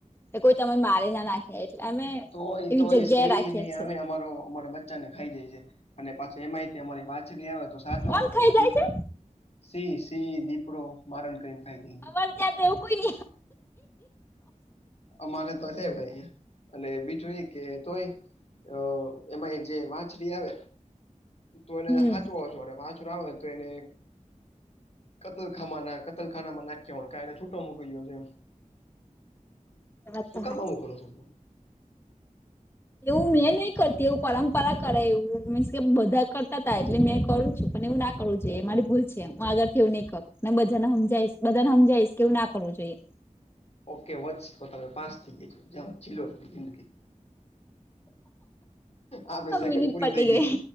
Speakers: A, on the left (about 20°); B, on the left (about 50°).
A: કે કોઈ તને મારી ના નાખે એટલે અમે
B: તોય
A: એવી
B: તોય
A: જગ્યાએ
B: સી
A: રાખીએ
B: નહી
A: છીએ
B: અમે અમારો અમારા ખાઈ જાય છે, અને પાછી એમાંય અમારી પાછડી આવે તો સાચો
A: કોણ
B: છો
A: ખાઈ
B: અને
A: જાય
B: દીકરો
A: છે
B: સી સી દીપડો માારણ કરીને ખાઈ જ
A: અર ત્યાંવું કોઈ ન
B: અમારે તો હશે ભાઈ અને બીજું એ કે તોય અ એમાંય જે વાંછરી આવે તો એને
A: હમ
B: હાચ અને વાચ આવે તો એને કતલખા ના કતલખાનામાં નાખ હોને છૂટો મોકકી ગ્યો છે.
A: એ વાત
B: શું
A: તો
B: કામ
A: હાચી
B: આવું કરો છું?
A: એવું મેં નહી કરતી એવું પરંપરા કરે એવું મીન્સ કે બધા કરતા હતા એટલે મેં કરું છું, પણ એવું ના કરવું જોઈએ મારી ભૂલ છે, હું આગળથી એવું નહીં કરું ને બધાને સમજીશ બધાને સમજાઈીશ કે એવું ના કરવું જોઈએ.
B: ઓકે વચ તો તમે પાંચ થઈ જ છો, જીલો જિંદગી. આપે સેકન્ડ
A: મિનિટ
B: પૂરી
A: પટી
B: થઈ ગય
A: ગઈ
B: છે.